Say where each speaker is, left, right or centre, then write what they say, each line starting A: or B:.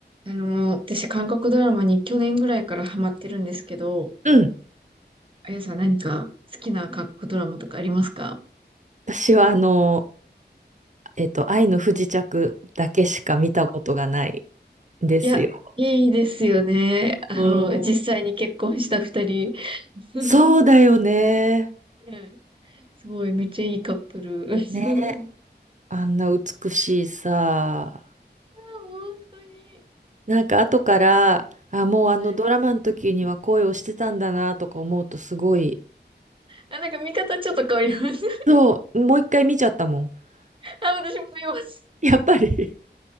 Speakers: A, on the right; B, on the right.
A: あの、私、韓国ドラマに去年ぐらいからハマってるんですけど、
B: うん。
A: あやさん何か好きな韓国ドラマとかありますか
B: 私はあの、えっと、愛の不時着だけしか見たことがないんですよ。
A: いや、いいですよね。あの、
B: うん
A: 実際に結婚した二人。<laughs>
B: そうだよね。
A: うんすごい、めっちゃいいカップル。<laughs>
B: ね。あんな美しいさ。
A: あ、本当に。
B: なんか後から、あ、もうあのドラマの時には恋をしてたんだなとか思うとすごい。
A: はあ、なんか見方ちょっと変わります。
B: そう、もう一回見ちゃったもん。<laughs>
A: <laughs> あ、私も見ます。
B: やっぱり